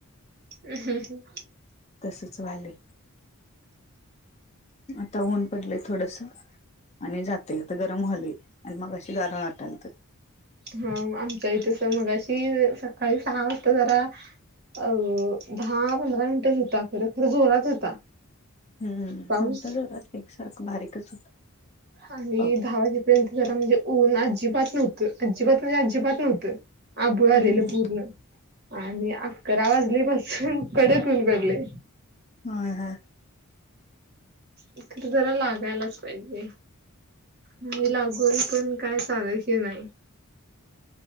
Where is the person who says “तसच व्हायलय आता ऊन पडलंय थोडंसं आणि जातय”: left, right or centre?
Left